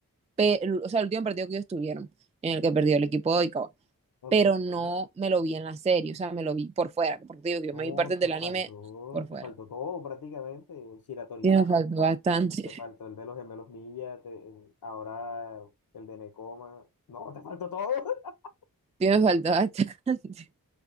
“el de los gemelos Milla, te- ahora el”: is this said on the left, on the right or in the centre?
Left